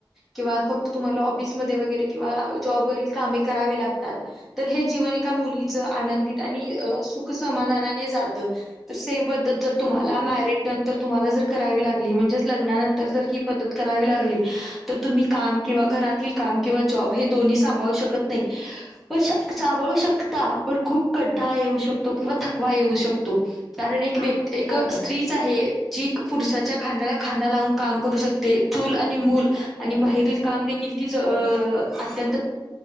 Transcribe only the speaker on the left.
हा
हा
हो
हो